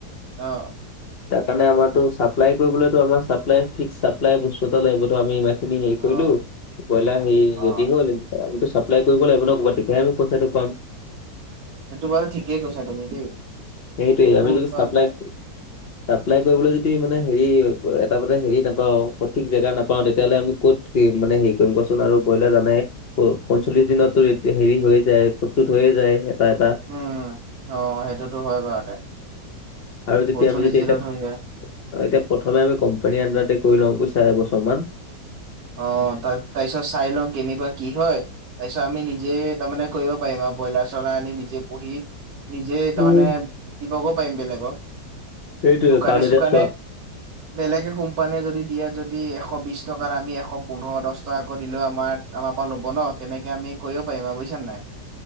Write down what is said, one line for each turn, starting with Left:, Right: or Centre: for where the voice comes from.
Right: অ'।
Left: তাৰ কাৰণে আমাৰতো চাপ্লাই কৰিবলৈতো আমাৰ চাপ্লাই ফিক্স, চাপ্লাই বস্তু এটা লাগিবতো আমি ইমান খিনি হেৰি
Right: অ
Left: কৰিলো ব্ৰইলাৰ হে
Right: অ
Left: ৰেডি হ'ল আমিতো চাপ্লাই কৰিব লাগিব ন, ক'বাত তেতিয়াহে আমি পইচাটো পাম।
Right: সেইটো বাৰু ঠিকেই কৈছা তুমি দেই।
Left: সেইটোৱেই
Right: ভুল
Left: আমি যদি
Right: কোৱা
Left: চাপ্লাই
Right: নাই
Left: চাপ্লাই কৰিবলৈ যদি মানে হেৰি এ, এটা মানে হেৰি নাপাওঁ, সঠিক জেগা নাপাওঁ
Right: উম
Left: অ', তেতিয়াহ'লে আমি ক'ত কি মানে হেৰি কৰিম কোৱাচোন আৰু ব্ৰইলাৰ জানায়েই! প-পঞ্চল্লিশ দিনতো একদিন হেৰি হৈয়ে যায় প্ৰস্তুত হৈয়ে যায় এটা, এটা।
Right: উম, উম, উম, অ', সেইটোতো হয়, বাৰুতে।
Left: আৰু যেতিয়া
Right: পঞ্চল্লিশ
Left: আমি যেতিয়া
Right: দিনত
Left: এতিয়া, ত'
Right: হৈ যায়
Left: এতিয়া প্ৰথমে আমি কোম্পানীৰ আণ্ডাৰতে কৰি লওঁ বুইছা এবছৰমান।
Right: অ', অ', তাত- তাৰপিছত চাই লওঁ কেনেকুৱা কি হয়, তাৰপিছত আমি নিজে তাৰমানে কৰিব পাৰিম আৰু ব্ৰইলাৰ-চয়লাৰ আনি নিজে পুহি। নিজে তাৰমানে
Left: উম।
Right: দিবগৈ পাৰিম বেলেগক।
Left: সেইটোৱে
Right: দোকানে
Left: কাৰণ এতিয়া
Right: চোকানে
Left: চোৱা
Right: বেলেগে, কোম্পানীয়ে যদি দিয়ে যদি এশ বিশ টকাত। আমি এশ এশ পোন্ধৰ দহ টকাকৈ দিলেও আমাৰ, আমাৰ পৰা ল'ব ন' তেনেকে আমি কৰিব পাৰিম আৰু বুইছা নে নাই।